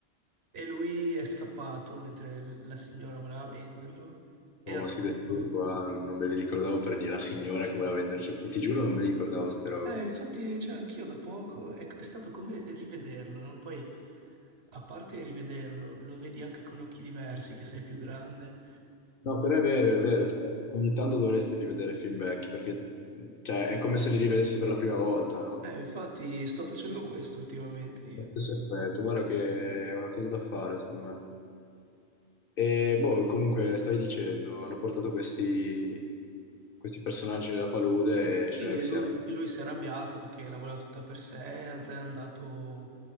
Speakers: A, on the right; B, on the left.
A: E lui è scappato mentre l- la signora voleva venderlo e
B: Oh,
A: ha
B: ma
A: trovato...
B: sti dettagli qua, non, non me li ricordavo per niente, la signora che voleva vendere Ciuchino, ti giuro non me li ricordavo queste robe.
A: Eh, infatti, cioè, anch'io da poco è, è stato come rivederlo, no? Poi, a parte rivederlo, lo vedi anche con occhi diversi, che sei più grande.
B: No, però è vero, è vero, cioè, ogni tanto dovresti rivedere film vecchi, perché cioè, è come se li rivedessi per la prima volta, no?
A: Eh, infatti, sto facendo questo ultimamente io.
B: Lo stesso effetto, guarda che è una cosa da fare, secondo me. E boh, comunque stavi dicendo, hanno portato questi, questi personaggi nella palude e
A: Sì,
B: Shrek
A: e lui,
B: si era...
A: e lui si è arrabbiato perché la voleva tutta per sé ed è andato